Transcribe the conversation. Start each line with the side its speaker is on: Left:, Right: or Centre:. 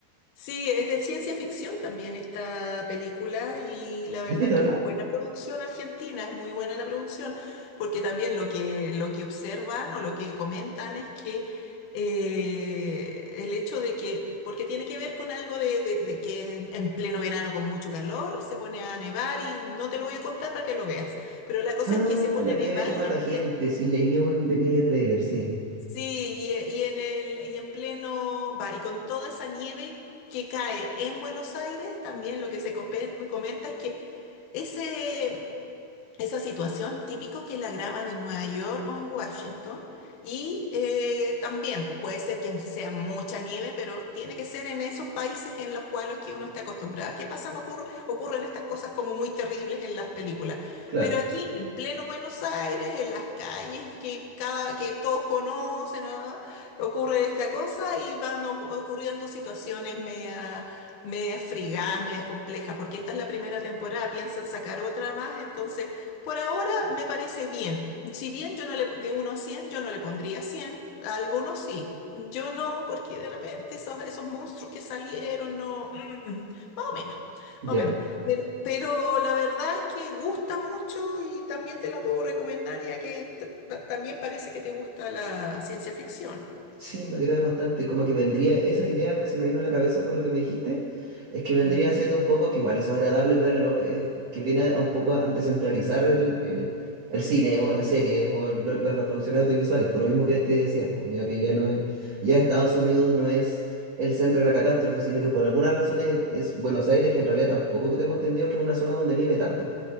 Left: Sí, es de ciencia ficción también esta película y la verdad
Right: ¿De qué trata?
Left: es que es buena producción argentina, es muy buena la producción, porque también lo que, lo que observan o lo que comentan es que eh, el hecho de que, porque tiene que ver con algo de, de- de que en, en pleno verano con mucho calor se pone a nevar y no te lo voy a contar para que lo veas, pero la cosa
Right: Ah,
Left: es que se pone
Right: la nieve
Left: a nevar
Right: que mata
Left: y en
Right: gente,
Left: pleno...
Right: sí, leí un pequeño tráiler, sí.
Left: Sí, y, y en el, y en pleno, va, y con toda esa nieve que cae en Buenos Aires, también lo que se compe- me comenta es que ese, esa situación típico que la graban en Nueva York o en Washington. Y eh, también, pues puede ser que sea mucha nieve, pero tiene que ser en esos países en los cuales que uno está acostumbrado. que pasan? Ocurre- ocurren estas cosas como muy terribles en las películas.
Right: Claro,
Left: Pero aquí, en pleno Buenos Aires, en las calles que, cada, que todos conocen, ¿ah? ocurre esta cosa y van ocu- ocurriendo situaciones media medias frigadas, medias complejas, porque esta es la primera temporada, piensan sacar otra más, entonces por ahora me parece bien. Si bien yo no le, de uno a 100, yo no le pondría 100, a algunos sí. Yo no, porque de repente esos, esos monstruos que salieron, no, mm, más o menos,
Right: ya.
Left: más o menos. Pero, pero la verdad es que gusta mucho y también te la puedo recomendar, ya que t- t- también parece que te gusta la ciencia ficción.
Right: Sí, me agrada bastante. Como que vendría, esa idea me, se me vino a la cabeza con lo que me dijiste, es que
Left: Mm,
Right: vendría siendo un poco, que igual eso es agradable verlo, eh, que viene a un poco a descentralizar el, el, el cine o las series o lo- la- las producciones audiovisuales, por lo mismo que, que decías, po, ya que ya no es, ya Estados Unidos no es el centro de la catástrofe, sino que por alguna razón es, es Buenos Aires, que en realidad tampoco que tengo entendido que es una zona donde nieve tanto.